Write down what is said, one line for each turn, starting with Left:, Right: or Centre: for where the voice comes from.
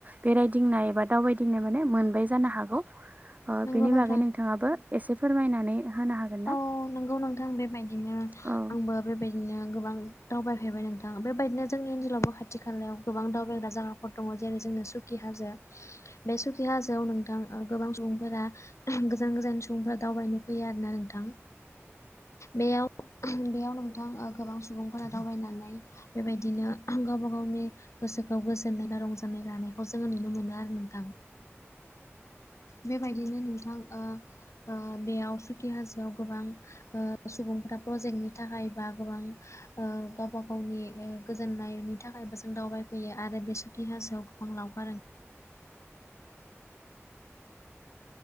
Right: बेरायदिंना एबा दावबायदिंनाय माने मोनबाय जानो हागौ ओ
Left: नंगौ
Right: बिनि
Left: नोंथां
Right: बागै नोंथाङाबो एसे फोरमायनानै होनो हागोन ना?
Left: औ नोंगौ नोंथां बेबायदिनो
Right: औ
Left: आंबो बेबायदिनो गोबां दावबायफेरबाय नोंथां बेबायदिनो जोंनि ओनसोलावबो खाथि खालायाव गोबां दावबायग्रा जायाफोर दङ जेरै जों सुखि हाजो बे सुखि हाजोयाव नोंथां ओ गोबां सुबुंफोरा <unintelligible> गोजान गोजान सु सुबुंफ्रा दावबायनो फैयो आरोना नोंथां बेयाव <unintelligible> बेयाव नोंथां ओ गोबां सुबुंफोरा दावबायनानै बेबायदिनो <unintelligible> गावबा गावनि गोसो गोसोखौ गोजोननाय बा रंजानाय लानायखौ जोङो नुनो मोनो आरो नोंथां
Right: <inaudible>
Left: बेबायदिनो नोंथां ओ ओ बेयाव सुखि हाजोआव गोबां ओ सुबुंफोरा प्रजेक्टनि थाखाय बा गोबां ओ गावबा गावनि ओ गोजोननायनि थाखायबो जों दावबायफैयो आरो बे सुखि हाजोआव गोबां लावखारो